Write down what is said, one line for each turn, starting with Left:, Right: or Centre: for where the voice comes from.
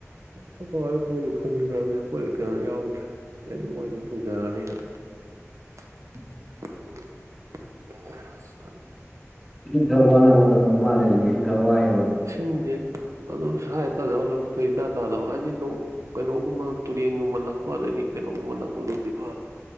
Right: ꯑꯩꯈꯣꯏ ꯕꯥꯍꯣꯏ ꯍꯨꯟꯈ꯭ꯔꯕꯅꯦ ꯑꯩꯈꯣꯏ ꯀꯩꯅꯣ ꯌꯥꯎꯗ꯭ꯔꯦ ꯑꯗꯩ ꯃꯣꯏ ꯑꯗꯨꯝ ꯇꯧꯖꯔꯅꯤꯅ
Centre: <inaudible>
Right: <unintelligible>
Centre: ꯎ ꯏꯁꯤꯡ ꯈꯔ ꯋꯥꯅꯕ ꯃꯇꯝ ꯑꯣꯏꯃꯥꯜꯂꯦ ꯑꯗꯨꯖꯤꯛꯁꯤ ꯏꯁꯤꯡ ꯈꯔ ꯋꯥꯏꯑꯦꯕ
Right: ꯏꯁꯤꯡꯁꯦ ꯑꯗꯨ ꯁꯋꯥꯥꯏ ꯇꯥꯗꯕ ꯂꯧꯕꯨꯛꯇ ꯏꯇꯥꯥꯟ ꯇꯥꯗꯕ ꯍꯥꯏꯗꯤ ꯅꯣꯡ ꯀꯩꯅꯣꯒꯨꯝꯕ ꯇꯨꯔꯦꯟꯒꯨꯝꯕ ꯅꯛꯄ ꯑꯗꯒꯤ ꯀꯩꯅꯣꯒꯨꯝꯕ ꯅꯛꯄꯗꯨꯗꯤ ꯐꯕ